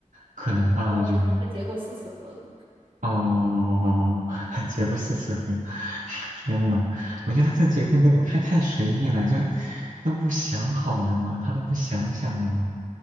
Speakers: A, on the right; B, on the right.
A: 可能吧，
B: 哦不，
A: 我觉得，
B: 他是结过四次婚了，
A: 哦，<laughs> 结过四次婚，<laughs> 天呐，我觉得他这结婚这种太太随意了，就他都不想好的吗？他都不想想的吗？